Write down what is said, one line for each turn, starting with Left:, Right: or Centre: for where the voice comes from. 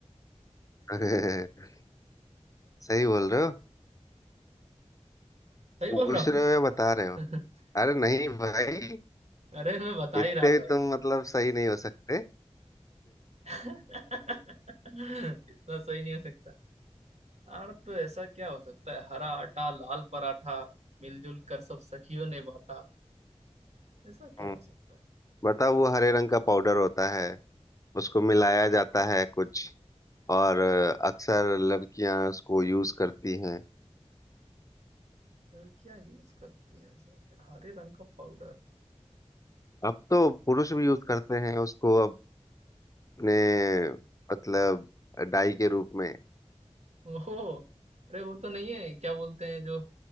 Left: <laughs> सही बोल रहे हो
Right: सही
Left: पूछ
Right: बोल रहा
Left: रहे हो या बता रहे हो
Right: <laughs>
Left: अरे नहीं भाई
Right: अरे मैं बता ही
Left: इतने
Right: रहा
Left: भी
Right: था भैया
Left: तुम मतलब सही नहीं हो सकते <laughs>
Right: <laughs> इतना सही नहीं हो सकता यार तो ऐसा क्या हो सकता है हरा आटा लाल पराठा मिलजुल कर सब सखियों ने बांटा ऐसा क्या
Left: हम्म
Right: हो सकता है
Left: बताओ वो हरे रंग का पाउडर होता है उसको मिलाया जाता है कुछ और अ, अक्सर लड़कियां उसको यूज करती हैं
Right: लड़कियां यूज करती है ऐसा क्या हरे रंग का पाउडर
Left: अब तो पुरुष भी यूज करते हैं उसको अपने मतलब डाई के रूप में
Right: ओहो अरे वो तो नहीं है क्या बोलते हैं जो